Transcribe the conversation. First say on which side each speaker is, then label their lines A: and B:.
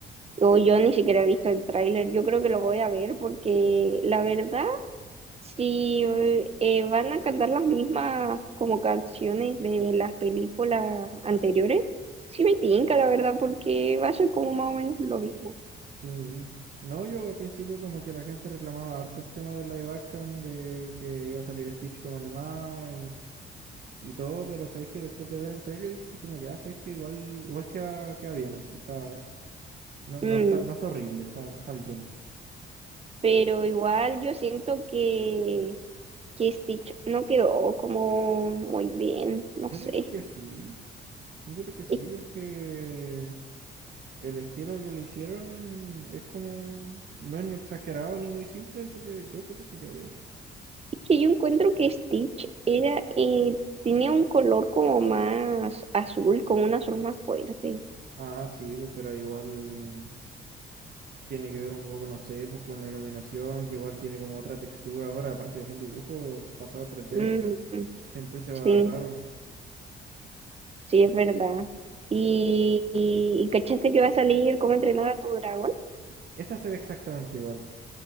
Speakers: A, on the right; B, on the right.
A: O yo ni siquiera he visto el tráiler, yo creo que lo voy a ver porque la verdad, si eh, eh, van a cantar las mismas como canciones de las películas anteriores, sí me tinca la verdad porque va a ser como más o menos lo mismo.
B: Sí. No, yo al principio como que la gente reclamaba harto el tema del live action, de que iba a salir Stitch como animado y todo, pero sabéis que después de ver el trailer dije así como ya, sabéis que igual, igual queda, queda bien, así, está, no,
A: Mm,
B: no está, no está horrible, está, está bien.
A: pero igual yo siento que que Stitch no quedó como muy bien, no
B: Yo
A: sé.
B: encuentro que sí, yo encuentro que sí,
A: Es
B: porque el estilo que le hicieron es como, no es ni exagerado ni muy simple, así que yo encuentro que queda bien.
A: es que yo encuentro que Stitch era, eh, tenía un color como más azul, como un azul más fuerte.
B: Ah, sí, pues, pero igual tiene que ver un poco, no sé, pues con la iluminación, que igual tiene como otra textura ahora, aparte es un dibujo pasado a 3D,
A: Mm,
B: siempre se
A: sí,
B: va a ver raro.
A: sí, es verdad. Y, y, y cachaste que va a salir cómo entrenar a tu dragón?
B: Esa se ve exactamente igual.